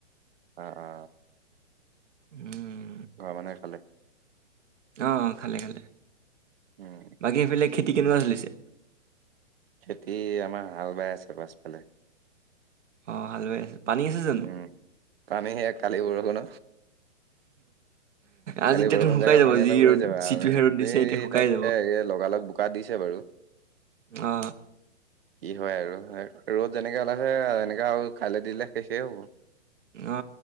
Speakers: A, on the right; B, on the right.
A: আ, আ।
B: উম।
A: ঘৰৰ মানহে খালে?
B: অ', অ', খালে, খালে
A: উম
B: বাকী সেইফালে খেতি কেনেকুৱা চলিছে।
A: খেতি আমাৰ হাল বাই আছে পাছফালে।
B: অ, হালৈ আছে, পানী আছে জানো?
A: উম পানী সে, কালি বৰষুণ
B: আজি
A: কালি
B: এতিয়াতো
A: বৰষুণ
B: শুকাই
A: জোগা
B: যাব
A: পানী
B: যি
A: অলপ ৰৈছে
B: ৰ'দ
A: ব,
B: যিটোহে ৰ'দ দিছে এতিয়া শুকাই
A: তাত
B: যাব
A: লগালগ বোকা দিছে বাৰু।
B: অ।
A: কি হয় আৰু ৰ'দ যেনেকে ওলাইছে এনেকে আৰু। খালে দিলে শেষেই হ'ব।
B: অ,